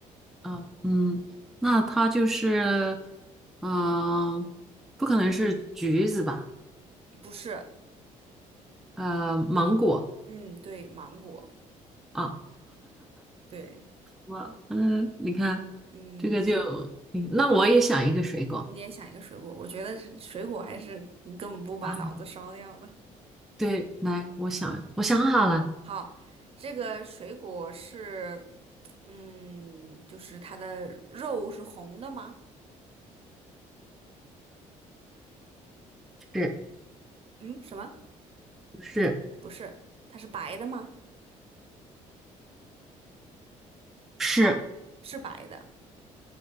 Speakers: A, in the centre; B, on the right.
A: 啊，嗯，那它就是，嗯、不可能是橘子吧？
B: 不是，
A: 呃，芒果
B: 嗯，对，芒果，
A: 啊，
B: 对，
A: 我嗯，你看
B: 嗯，
A: 这个就，
B: 行
A: 嗯那我也想一个水果
B: 你也想一个水果，我觉得是水果还是你根本不把脑子烧掉的。
A: 啊，对，来，我想我想好了，
B: 好，这个水果是，嗯，就是它的肉是红的吗？
A: 是
B: 嗯，什么？
A: 不是？
B: 不是，它是白的吗？
A: 是，
B: 是白的，